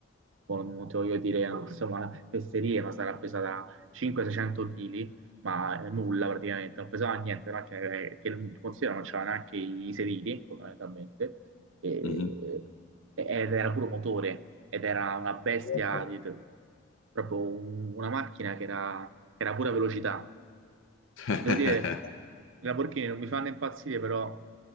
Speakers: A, on the right; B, on the left.
A: non non ti voglio dire insomma fesserie, ma sarà pesata 500-600 kg, ma eh, nulla praticamente, non pesava niente, una macchina che, che non- considera non c'era neanche i sedili fondamentalmente, e-
B: Mhm.
A: ed era puro motore, ed era una bestia,
B: Wow.
A: di- proprio un- una macchina che era, che era pura velocità
B: <laughs>
A: Devo dire, i Lamborghini non mi fanno impazzire, però